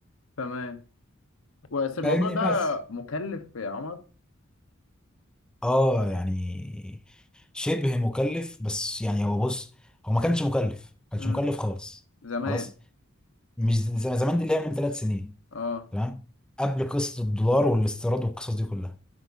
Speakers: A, on the left; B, in the centre.
A: تمام بس الموضوع
B: فاهمني
A: ده
B: بس
A: مكلف يا عمر
B: اه يعني شبه مكلف بس يعني هو بص هو ما كانش مكلف ما
A: مم.
B: كانش مكلف خالص
A: زمان
B: خلاص مش زي زمان دي اللي هي من ثلاث سنين
A: اه
B: تمام قبل قصه الدولار والاستيراد والقصص دي كلها